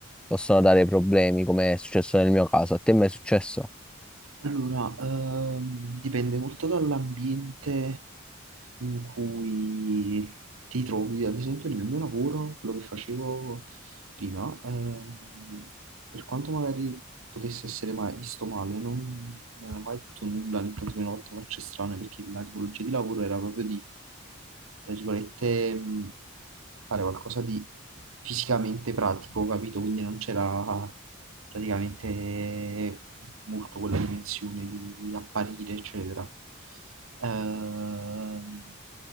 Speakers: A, in the centre; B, on the right (about 80°).
A: possono dare problemi, come è successo nel mio caso. A te mai è successo?
B: Allora, ehm, dipende molto dall'ambiente in cui ti trovi. Ad esempio, nel mio lavoro, quello che facevo prima, ehm, per quanto magari potesse essere mai visto male, non mi hanno mai detto nulla, né tantomeno fatto facce strane, perché la tipologia di lavoro era proprio di, tra virgolette, mh, fare qualcosa di fisicamente pratico, capito? Quindi non c'era praticamente molto quella dimensione di apparire, eccetera. Ehm,